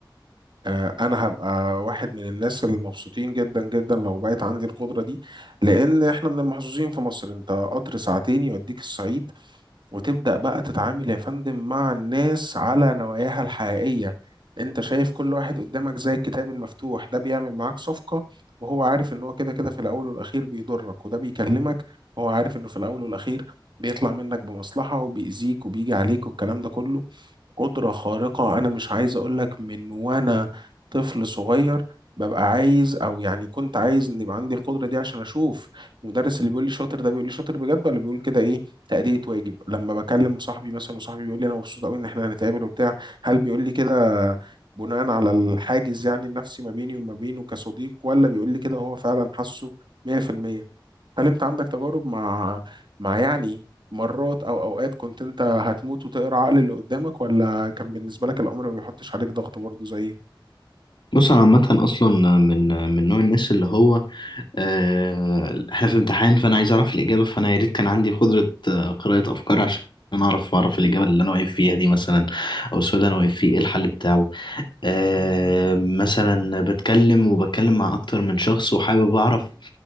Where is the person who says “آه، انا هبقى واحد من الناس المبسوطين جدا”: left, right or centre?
Right